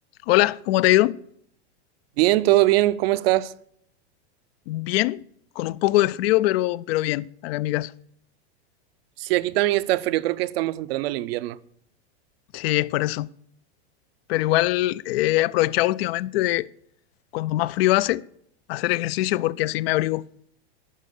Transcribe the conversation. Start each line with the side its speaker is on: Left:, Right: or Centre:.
Left: Hola, ¿cómo te ha ido?
Right: Bien, todo bien, ¿cómo estás?
Left: Bien, con un poco de frío, pero, pero bien, acá en mi casa.
Right: Sí, aquí también está frío, creo que estamos entrando al invierno.
Left: Sí, es por eso. Pero igual eh, he aprovechado últimamente de cuando más frío hace, hacer ejercicio porque así me abrigo.